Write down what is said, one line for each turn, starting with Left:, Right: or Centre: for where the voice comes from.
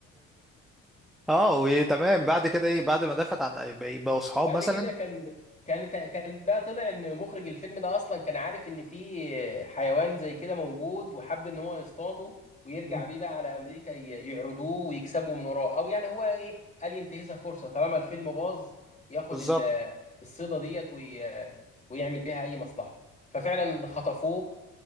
Centre: اه وتمام بعد كده ايه بعد ما دافت عن بقوا صحاب
Left: بعد
Centre: مثلا
Left: كده كان كان كان بقى طلع ان مخرج الفيلم ده اصلا كان عارف ان في حيوان زي كده موجود وحب ان هو يصطاده ويرجع
Centre: مم،
Left: بيه بقى على امريكا ي- يعرضوه ويكسبوا من وراه او يعني هو ايه قال ينتهزها فرصه طالما الفيلم باظ ياخد
Centre: بالظبط
Left: ال- الصيده ديت وي- ويعمل بيها اي مصلحه ففعلا خطفوه